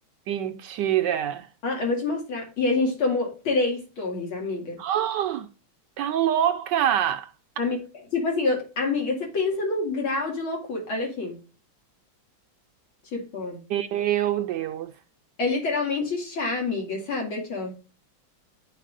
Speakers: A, on the right; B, on the left.
A: Mentira. <gasps>
B: Ah, eu vou te mostrar. E a gente tomou três torres, amiga.
A: Ah, tá louca!
B: Amiga, tipo assim, eu- amiga, você pensa no grau de loucura. Olha aqui. Tipo,
A: Meu Deus.
B: é literalmente chá, amiga, sabe? Aqui, ó.